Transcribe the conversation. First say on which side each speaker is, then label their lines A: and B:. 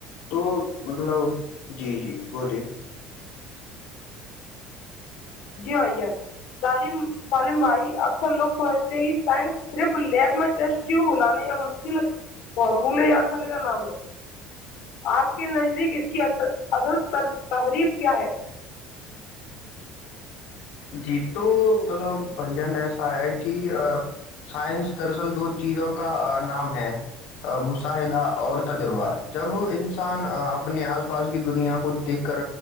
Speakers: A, on the left; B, on the left.
A: تو <unintelligible> مطلب جی جی بولیے
B: جی بھان سالم سالم بھائی اکثر لوگ سمجھتے ہیں کہ سائنس صرف لیب میں ٹیسٹ ٹیب بلانے یا مشکل فارمولے یاد کرنے کا نام ہے آپ کے نزدیک اس کی ا اصل تقریب کیا ہے
A: جی تو مطلب بھائی جان ایسا ہے کہ سائنس دراصل دو چیزوں کا نام ہے مشاہدہ اور تجربہ جب انسان اپنے آس پاس کی دنیا کو دیکھ کر